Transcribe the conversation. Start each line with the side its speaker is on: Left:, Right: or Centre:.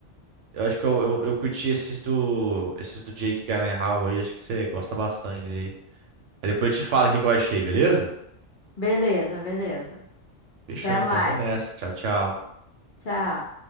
Right: Eu acho que eu, eu, eu curti esses do. Esses do Jake Gyllenhaal aí, acho que você gosta bastante dele. Aí depois eu te falo o que que eu achei, beleza?
Left: Beleza, beleza.
Right: Fechou
Left: Até
Right: então,
Left: mais.
Right: vou nessa. Tchau, tchau.
Left: Tchau.